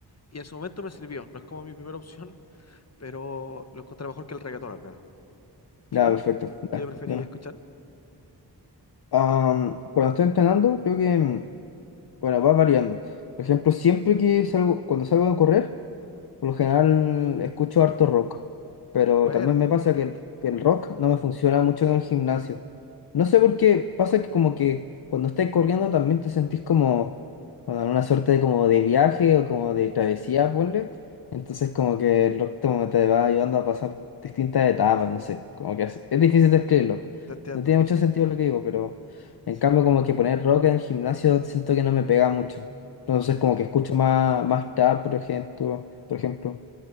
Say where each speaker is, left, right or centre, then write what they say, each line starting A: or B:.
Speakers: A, on the left; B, on the left.
A: y en su momento me sirvió, no es como mi primera opción, pero lo encontré mejor que el reggaetón al menos. ¿Y
B: ya,
A: tú?
B: perfecto,
A: ¿Qué
B: ya,
A: preferís
B: yo no.
A: escuchar?
B: Am, cuando estoy entrenando, creo que, mm, bueno, va variando. Por ejemplo, siempre que salgo, cuando salgo a correr, Por lo general escucho harto rock, pero
A: Buena,
B: también me pasa que el, que el rock no me funciona mucho en el gimnasio. No sé por qué, pasa que como que cuando estáis corriendo también te sentís como, bueno, en una suerte de como de viaje o como de travesía, ponle. Entonces como que el rock como te va ayudando a pasar distintas etapas, no sé, como que así- es difícil describirlo.
A: te entiendo,
B: No tiene
A: pero
B: mucho
A: sí,
B: sentido lo que digo, pero en
A: sí,
B: cambio como que poner rock en el gimnasio siento que no me pega mucho. Entonces
A: Mm,
B: como que escucho más, más trap, por ejemplo por ejemplo.